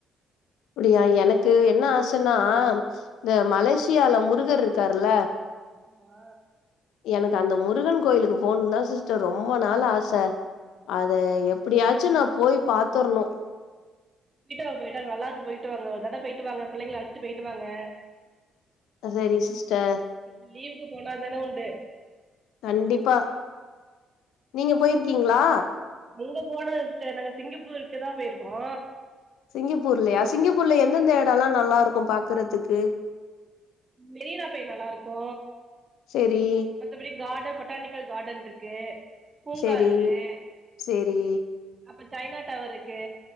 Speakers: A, on the left (about 85°); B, on the right (about 30°).
A: அப்டியா எனக்கு என்ன ஆசனா இந்த மலேசியால முருகர் இருக்காருல
B: ஆமா
A: எனக்கு அந்த முருகன் கோயிலுக்கு போணுன்தா சிஸ்டர் ரொம்ப நாள் ஆச அத எப்டியாச்சு நா போய் பாத்தர்ணு
B: போய்ட்டாங்க போய்ட்டாங்க நல்ல இருக்கு போயிட்டு வாங்க ஒரு தட போயிட்டு வாங்க புள்ளைங்கள அழச்சுட்டு போயிட்டு வாங்க
A: சரி சிஸ்டர்
B: இப்ப லீவுக்கு போனாதான உண்டு
A: கண்டிப்பா நீங்க போயிருக்கீங்ளா
B: அங்க போனதுல்ல சிஸ்டர் நாங்க சிங்கப்பூருக்குதா போய்ருக்கோ
A: சிங்கப்பூர்லயா சிங்கப்பூர்ல எந்தெந்த எடலா நல்லாருக்கு பாக்கறதுக்கு
B: மெரினா போய் நல்லாருக்கு
A: செரி
B: மத்தபடி கார்டன் பொட்டானிக்கல் காட்டன்ருக்கு பூங்கா
A: செரி
B: இருக்கு
A: செரி
B: அப்ப சைனா டவர் இருக்கு